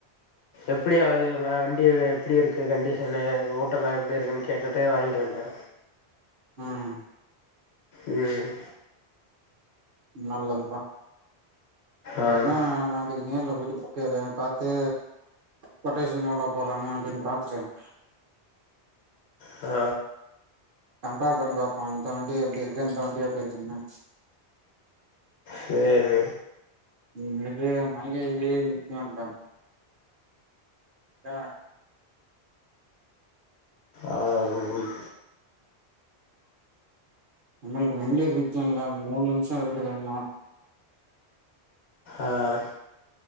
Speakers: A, on the left; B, on the right.
A: எப்டியாவ்து வண் டி எப்டி இருக்கு கண்டிஷனு ஓட்டலா எப்டி இருக்குன்னு கேட்டுட்டு வாங்கிட்டு வந்ட்டே
B: ம் ம்
A: ம்
B: நல்லதுப்பா இப்டின்னா
A: ம்
B: நாளைக்கு நேர்ல போயிட்டு போய் பா பாத்து கொட்டேஷன் எவ்ளோ போடுறாங்க அப்டின்னு பாத்துட்டு வரனு
A: ஆ
B: கம்பேர் பண்ணி பாப்போ இந்த வண்டி எப்டி இருக்கு இந்த வண்டி எப்டி இருக்குன்னு
A: சேரி
B: நீ இன்னைக்கு <unintelligible> இத்துனு வந்ட்டங் தா
A: ஆ ம் ம்
B: உங்களுக்கு <unintelligible> முக்கியோ இல்ல மூணு நிமிஷோ இருக்குது இன்னு
A: ஆஹ்